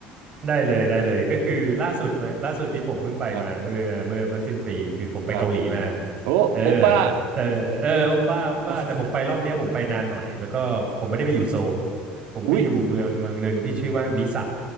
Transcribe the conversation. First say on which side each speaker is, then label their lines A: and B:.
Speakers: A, on the right; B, on the right.
A: ได้เลย ได้เลยก็คือล่าสุดมาล่าสุดนี้ผมเพิ่งไปมาเมื่อเมื่อเมื่อสิ้นปีคือผมไปเกาหลีมา
B: ครับครับโอ้โอป้า
A: เออแต่เออโอปป้าโอปป้า
B: <laughs>
A: แต่ผมไปรอบเนี้ยผมไปนานหน่อย แล้วก็ผมไม่ได้ไปอยู่โซลผมไปอยู่เมืองเมืองหนึ่งที่ชื่อว่ามิสะ
B: อุ๊ย